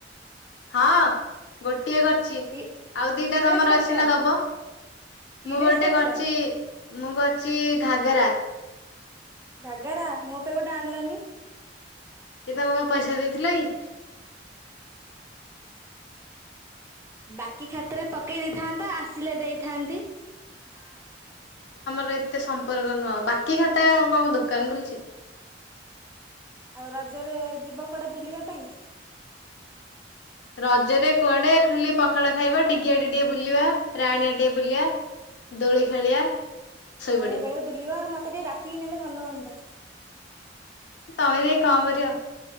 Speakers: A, on the left; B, on the right.
A: ହଁ ଗୋ ଟିଏ କରିଛି
B: କି
A: ଆଉ ଦିଟା
B: କି ଡ୍ରେସ୍
A: ତମର
B: କରିଛ
A: ଅଛି ନା ଦବ।
B: କି
A: ମୁଁ
B: ଡ୍ରେସ୍
A: ଗୋଟେ
B: କରିଛ
A: କରିଚି। ମୁଁ କରିଛି ଘାଗରା।
B: ଘାଗରା, ମୋ ତ ଗୋଟେ ଆଣିଲନି।
A: ଏ ତୋମେ କଣ ପଇସା ଦେଇ ଥିଲ କି?
B: ବାକି ଖାତାରେ ପକେଇ ଦେଇଥାନ୍ତ ଆସିଲେ ଦେଇଥାନ୍ତି।
A: ରେ ଏତେ ସମ୍ପର୍କ ନୁହଁ ବାକି ଖାତା କଣ ମୁଁ ଦୋକାନ ଖୋଲିଛି।
B: ଆଉ ରଜରେ ଯିବ କୁଆଡେ ବୁଲିବା ପାଇଁ?
A: ରଜରେ କୁଆଡେ ଖାଲି ପଖାଳ ଖାଇବା ଡିଗିଆଡେ ଟିକେ ବୁଲିବା। ରାଣୀଆ ଟିକେ ବୁଲିବା, ଦୋଳି ଖେଳିବା। ଶୋଇପଡିବା
B: ବଢିଆ ଜାଗାରେ ବୁଲିବା ଆଉ ମା ତ ଟିକେ ଡାକିକି ନେଲେ ଭଲ ହଅନ୍ତା।
A: ତୋମେ ଯାଇ କଣ କରିବ?